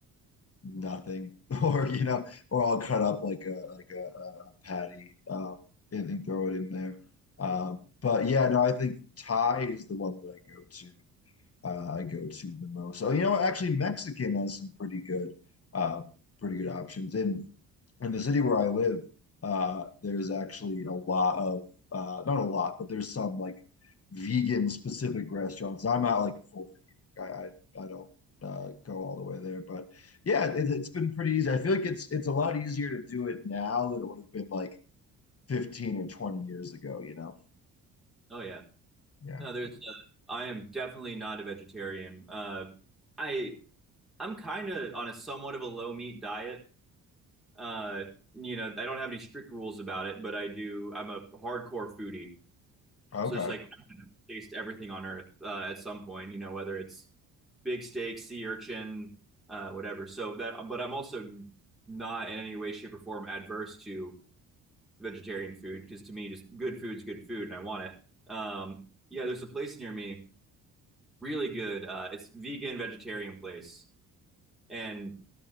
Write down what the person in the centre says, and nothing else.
Oh yeah.
No, there's. Uh, I am definitely not a vegetarian. Uh, I I'm kind of on a somewhat of a low meat diet. Uh, you know, I don't have any strict rules about it, but I do. I'm a hardcore foodie,
so it's like I taste everything on earth uh, at some point. You know, whether it's big steak, sea urchin, uh, whatever. So that, but I'm also not in any way, shape, or form adverse to vegetarian food because to me, just good food's good food, and I want it. Um, yeah, there's a place near me, really good. Uh, it's vegan vegetarian place, and